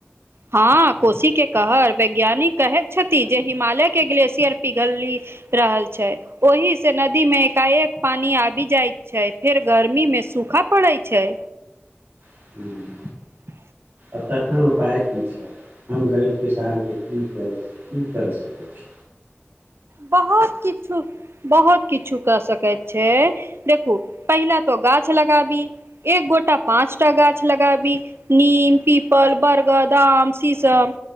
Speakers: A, on the right (about 85°); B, on the right (about 50°).
A: हँ कोशी के कहर वैज्ञानिक कहैत छथि जे हिमालय के ग्लेेशियर पिघलली रहल छै ओहिसँ नदीमे एकाएक पानि आबि जाइत छै फेर गर्मीमे सूखा पड़ैत छै
B: छै
A: <inaudible> <inaudible>
B: आ तखन उपाय की छै हम गरीब किसाबके की कर की करय सकैत छी
A: बहुत किछु बहुत किछु क सकैत छै देखू पहिला तो गाछ लगाबी एक गोटा पाँचटा गाछ लगाबी नीम पीपल बर्गर आम शीशम